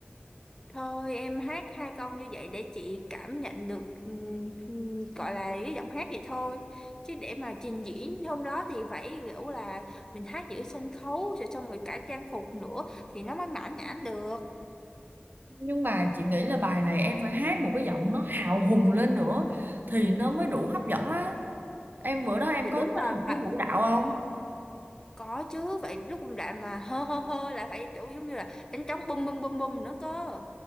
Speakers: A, on the left; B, on the right.
A: thôi em hát hai câu như vậy để chị cảm nhận được ừm, ừm, gọi là cái giọng hát vậy thôi chứ để mà trình diễn hôm đó thì phải kiểu là mình hát giữa sân khấu rồi xong rồi cả trang phục nữa thì nó mới mãn nhãn được
B: nhưng mà chị nghĩ là bài này em phải hát một cái giọng nó hào hùng lên nữa thì nó mới đủ hấp dẫn á em bữa đó em
A: thì
B: có
A: đúng
B: kết
A: là
B: hợp với
A: bạn
B: vũ đạo không
A: có chứ vậy lúc công đoạn mà hơ hơ hơ là phải kiểu giống như là đánh trống bum bum bum bum nữa cơ